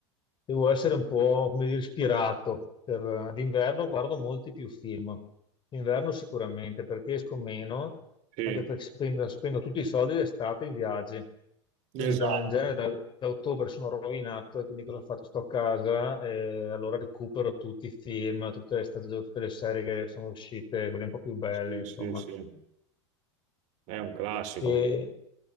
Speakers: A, on the left; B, on the right.
A: Devo essere un po', come dire, ispirato. Per... D'inverno guardo molti più film, d'inverno sicuramente, perché esco meno,
B: sì,
A: anche perché spendo, spendo tutti i soldi d'estate in viaggi.
B: esatto,
A: Quindi da- in genere da, da ottobre sono rovinato e quindi cosa ho fatto? Sto a casa e allora recupero tutti i film, tutte le, stagioni, tutte le serie che sono uscite, quelle un po' più belle,
B: sì,
A: insomma.
B: sì, sì, è un classico.
A: E